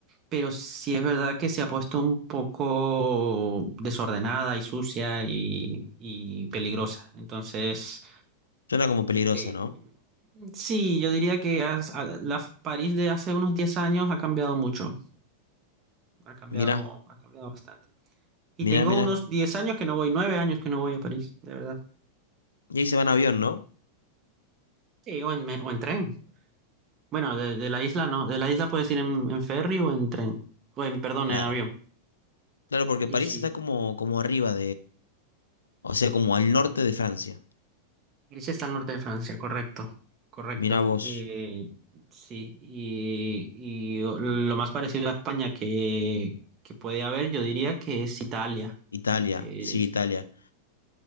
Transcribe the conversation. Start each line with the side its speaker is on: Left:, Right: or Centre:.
Right: Pero sí es verdad que se ha puesto un poco desordenada y sucia y, y peligrosa. Entonces,
Left: Suena como peligrosa,
Right: eh,
Left: ¿no?
Right: sí, yo diría que has- a- la París de hace unos 10 años ha cambiado mucho. ha cambiado,
Left: Mirá,
Right: ha cambiado bastante. Y
Left: mirá,
Right: tengo
Left: mirá.
Right: unos 10 años que no voy, 9 años que no voy a París, de verdad.
Left: Y ahí se van en avión, ¿no?
Right: Sí, o en, me- o en tren. Bueno, de, de la isla no, de la isla puedes ir en, en ferry o en tren, o en, perdón,
Left: Claro.
Right: en avión.
Left: Claro, porque
Right: Y
Left: París
Right: sí,
Left: está como, como arriba O sea, como al norte de Francia.
Right: Grecia está al norte de Francia, correcto, correcto.
Left: Mirá vos,
Right: Eh, sí, y, y lo más parecido a España que, que puede haber, yo diría que es Italia,
Left: Italia,
Right: que,
Left: sí,
Right: es-
Left: Italia,